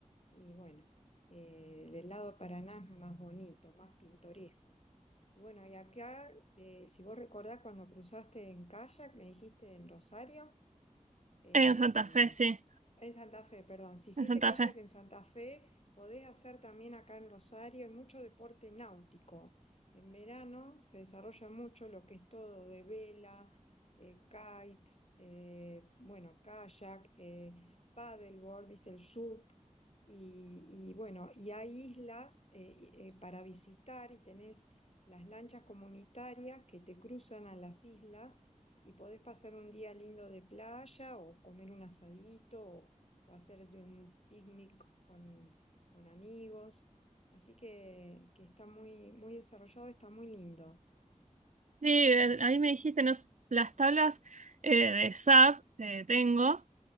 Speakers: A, on the left; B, on the right.
A: y bueno, eh, del lado de Paraná es más bonito, más pintoresco. Y bueno, y acá, eh, si vos recordás cuando cruzaste en kayak, me dijiste en Rosario, em,
B: En Santa Fe, sí,
A: en Santa Fe, perdón. Si hiciste
B: en Santa
A: kayak
B: Fe.
A: en Santa Fe, podés hacer también acá en Rosario. Hay mucho deporte náutico. En verano se desarrolla mucho lo que es todo de vela, eh, kite, eh, bueno, kayak, eh, paddleboard, viste, el SUP. Y, y bueno, y hay islas eh, y- eh, para visitar y tenés las lanchas comunitarias que te cruzan a las islas y podés pasar un día lindo de playa o comer un asadito o, o hacer un picnic con, con amigos. Así que, que está muy, muy desarrollado, está muy lindo.
B: Sí, eh, ahí me dijiste, no, s- las tablas eh, de SAP eh, tengo,